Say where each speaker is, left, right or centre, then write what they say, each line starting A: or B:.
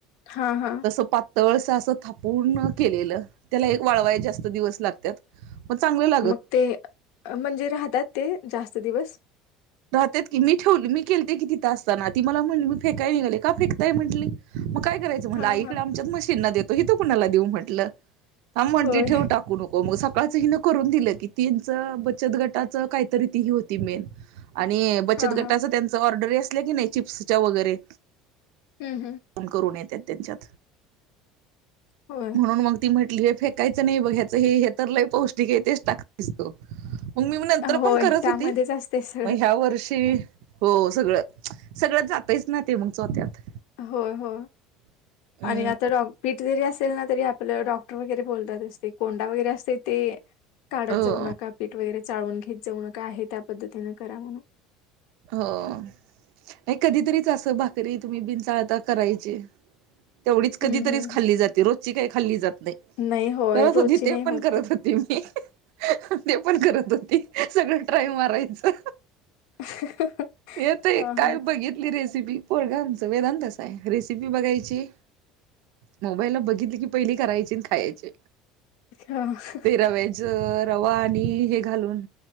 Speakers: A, on the left (about 75°); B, on the right (about 75°).
A: हा हा.
B: तसं पातळसा असं थापूनण केलेलं त्याला एक वाळवाय जास्त दिवस लागतात. मग चांगल लाग
A: मग ते म्हणजे राहतात ते जास्त दिवस?
B: राहत की मी ठेवली मी केलते की तिथं असताना ती मला म्हटली मी फेकाय निघाले का फेकताय म्हटली मग काय करायच म्ह
A: हां,
B: आईकडे
A: हां.
B: आमच्याच मशीन देतो हितो कुणाला देऊ म्हटलं, थांब म्हटली
A: होय.
B: ठेव टाकून मग. हो मग सकाळचं हिन करून दिलं की तीनच बचत गटाच काहीतरी ती ही होती मेन. आणि बचत
A: हां,
B: गटाच
A: हां.
B: त्यांच ऑर्डर असल्या की नाही चिप्सच्या वगैरे.
A: हम् हम्.
B: करून येत त्यांच्यात.
A: होय.
B: <inaudible> म्हणून मग ती म्हटली हे फेक कायचं नाही बघ याचं हे हे तर लय पौष्टिक आहे तेच टाक दिसतो. मग मी नंतर
A: होय,
B: पण करत
A: त्यामध्येच
B: होती,
A: असते सगळं.
B: मग ह्या वर्षी. हो सगळं, सगळंत जातच ना ते मग चौत्यात.
A: होय हो,
B: हम्म,
A: आणि आता पीठ जरी असेल ना तरी आपलं डॉक्टर वगैरे बोलतात असते कोंडा वगैरे असते ते. काढत
B: हो
A: जाऊ नका पीठ वगैरे चाळून घेत जाऊ नका हे त्या पद्धतीनें करा म्हणून.
B: हो नाही कधीतरीच अस भाकरी तुम्ही बिन चाळता करायची. तेवढीच कधी
A: हं,
B: तरीच
A: हं.
B: खाल्ली जाते रोजची काही खाल्ली जात नाही.
A: नाही होय,
B: करत
A: रोजची
B: होती ते
A: नाही
B: पण
A: होत
B: करत होती मी. ते पण करत होती सगळं ट्राय मारायचं.
A: <inaudible>
B: येत
A: हां,
B: काय
A: हां.
B: बघित <unintelligible> ली रेसिपी पोळगा आमचं वेदांतास आहे रेसिपी बघायची. मोबाईलला बघितलं की पहिली करायची अन् खायची.
A: <unintelligible>
B: ते रवेज रवा आणि हे घालून